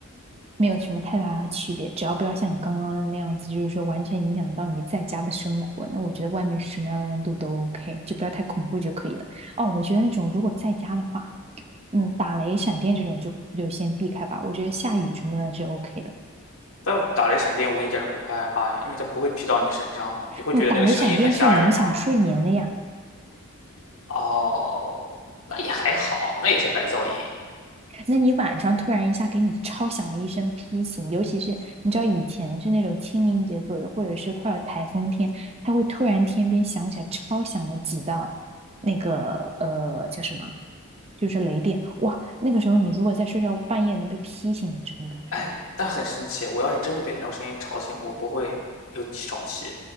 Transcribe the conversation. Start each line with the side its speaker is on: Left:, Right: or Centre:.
Right: 没有什么太大的区别，只要不要像你刚刚那样子，就是说完全影响到你在家的生活，那我觉得外面是什么样的温度都 OK，就不要太恐怖就可以了。哦，我觉得那种如果在家的话，嗯，打雷闪电这种就就先避开吧。我觉得下雨什么的是 OK 的。
Left: 但打雷闪电我一点儿也不会害怕呀，因为它不会劈到你身上啊，你会觉得那个声音很吓人吗？
Right: 哇，打雷闪电是影响睡眠的呀。
Left: 哦，那也还好，那也是白噪音。
Right: 那你晚上突然一下给你超响了一声批醒，尤其是你知道以前是那种清明节左右，或者是快要台风天，它会突然天边响起来超响了几道那个呃叫什么，就是雷电，哇，那个时候你如果在睡觉半夜能被劈醒的程度是，
Left: 哎，但很神奇，我要是真的被那种声音吵醒，我不会有起床气。